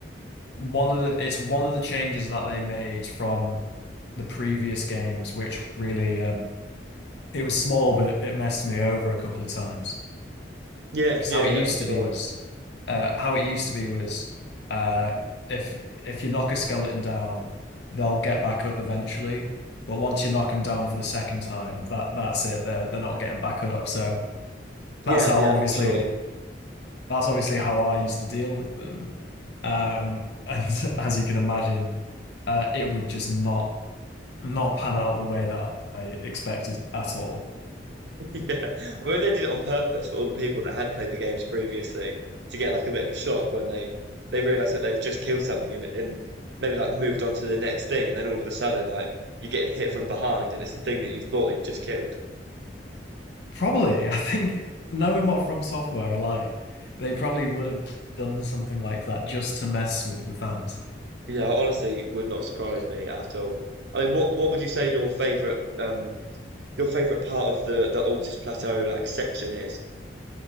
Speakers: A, on the left; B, on the right.
A: one of the it's one of the changes that they made from the previous games, which really um it was small, but it, it messed me over a couple of times.
B: Yeah,
A: Because
B: yeah,
A: how it
B: yeah,
A: used
B: for sure.
A: to be was uh how it used to be was uh if if you knock a skeleton down, they'll get back up eventually. But once you knock them down for the second time, that that's it. They're they're not getting back up. So
B: Yeah,
A: that's how
B: yeah,
A: obviously
B: for sure.
A: that's obviously how I used to deal with them. Um, and <laughs> as you can imagine, uh, it would just not not pan out the way that I expected at all.
B: <laughs> Yeah, I mean they did it on purpose for all the people that had played the games previously to get like a bit of a shock when they they realize that they've just killed something and and maybe like moved on to the next thing, and then all of a sudden like you're getting hit from behind, and it's the thing that you thought you just killed.
A: Probably, <laughs> I think knowing what From Software are like, they probably would have done something like that just to mess with the fans.
B: Yeah, honestly, would not surprise me at all. I mean, what what would you say your favorite um your favorite part of the the Altus Plateau like section is?